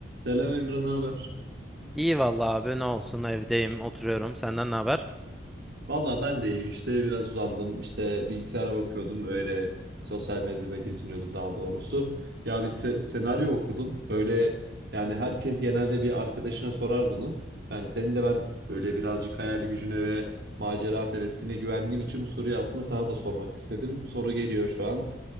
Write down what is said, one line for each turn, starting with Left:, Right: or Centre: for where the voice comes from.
Right: Selam Emre, ne haber?
Centre: İyi vallahi abi ne olsun evdeyim oturuyorum. Senden ne haber?
Right: Valla ben de iyiyim işte biraz uzandım işte bilgisayara bakıyordum öyle sosyal medyada geziniyordum daha doğrusu. Ya bir se- senaryo okudum böyle yani herkes genelde bir arkadaşına sorar bunu. Yani senin de ben böyle birazcık hayal gücüne ve macera perestliğine güvendiğim için bu soruyu aslında sana da sormak istedim. Soru geliyor şu an.